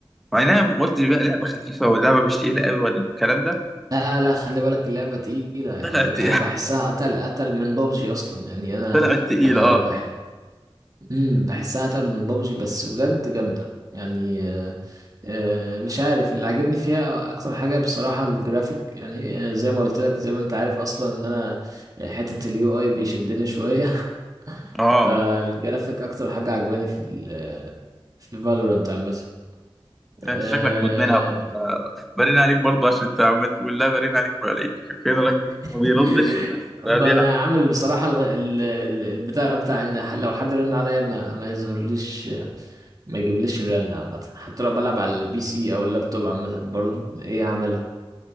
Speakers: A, in the centre; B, on the right (about 40°).
A: مع انها قلت بقى لعبه خفيفه واللعبه مش تقيله قوي والكلام ده
B: لا لا خلي بالك اللعبة تقيلة يعني
A: طلعت
B: أنا بحسها أتقل أتقل من بابجي أصلا يعني
A: <laughs>
B: أنا
A: طلعت تقيله
B: أنا
A: اه
B: بح... مم، بحسها أتقل من بابجي بس بجد جامدة يعني آه، آه، مش عارف اللي عجبني فيها اكتر حاجه بصراحه الجرافيك يعني آه، زي ما قلت لك زي ما انت عارف اصلا ان انا آه، حته اليو اي بيشدني شويه <laughs>
A: اه
B: فالجرافيك اكتر حاجه عجباني في ال آه، في فالورنت عامه
A: ده
B: آه،
A: انت شكلك مدمنها برضه آه، برين عليك برضه عشان انت عمال تقول لا برين عليك ما عليك فين الراجل ما
B: <laughs>
A: بيردش بس
B: ما
A: ده بيلعب
B: انا عامل بصراحه ال- ال- البتاع بتاع ان ح- لو حد رن عليا ما ما يظهرليش ما يجيبليش الرن عامه حتى لو بلعب على البي سي او اللابتوب عامه برضه ايه اعملها